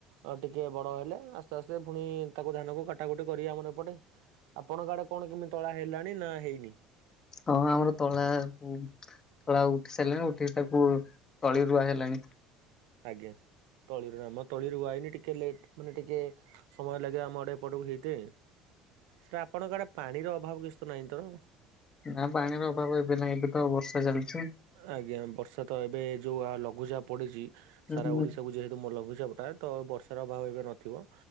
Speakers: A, on the right (about 75°); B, on the left (about 30°).
A: ଅ ଟିକେ ବଡ ହେଲେ ଆସ୍ତେ ଆସ୍ତେ ପୁଣି ତାକୁ ଧାନକୁ କାଟାକୁଟି କରିବେ ଆମର ଏପଟେ। ଆପଣଙ୍କ ଆଡେ କଣ କେମିତି ତଳା ହେଲାଣି ନା ହେଇନି?
B: ହଁ ଆମର ତଳା ଉ ତଳା ଉଠି ସାରିଲାଣି ଉଠିକି ତାକୁ ତଳି ରୁଆ ହେଲାଣି।
A: ଆଜ୍ଞା ତଳିରୁ ଆମ ତଳି ରୁଆହେଇନି ଟିକେ ଲେଟ୍ ମାନେ ଟିକେ ସମୟ ଲାଗେ ଆମ ଆଡେ ଏପଟକୁ ହେଇତେ ସାର୍ ଆପଣଙ୍କ ଆଡେ ପାଣିର ଅଭାବ କିଛି ତ ନାହିଁ ତ?
B: ନା ପାଣିର ଅଭାବ ଏବେ ନାହିଁ ଏବେ ତ ବର୍ଷା ଚାଲିଛି।
A: ଆଜ୍ଞା ବର୍ଷା ତ ଏବେ ଯେଉଁ ଆ ଲଘୁଚାପ ପଡ଼ିଛି
B: ହୁଁ
A: ସାରା ଓଡ଼ିଶାକୁ ଯେହେତୁ ମ ଲଘୁଚାପଟା ତ ବର୍ଷାର ଅଭାବ ଏବେ ନଥିବ।